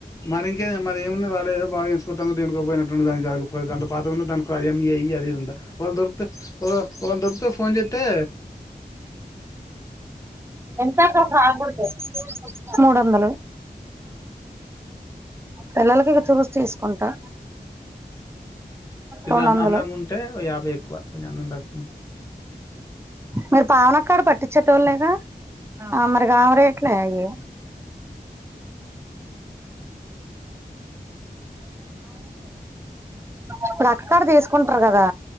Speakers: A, on the left (about 20°); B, on the right (about 15°).
A: మరి ఇంకే మరి ఏముంది వాళు ఏదో బాగాచేసుకోదము దేనికో పోయినడ్ ముగంగకపోయ దాంట్లో పాతవున్న దానికన్ని అవి ఇవి ఉండ వాళ్ళు దొరికితే వ వాళ్ళు దొరికితే ఫోన్ చేస్త్ తే
B: ఎంత కొప్ప ఆగద మూడు వందలు పిల్లలకివి చూసి తీసుకుంటా
A: పిల్ల
B: రెండు వందలు
A: అందంగా ఉంటే యాభై ఎక్కువ కొంచం అందం తకువుంటే
B: మరి పావనక్క కాడ పట్టించేటోల్లేగా ఆ మరిగామరేట్లే అవి ఇప్పుడు అక్కడ తీసుకుంటారు కదా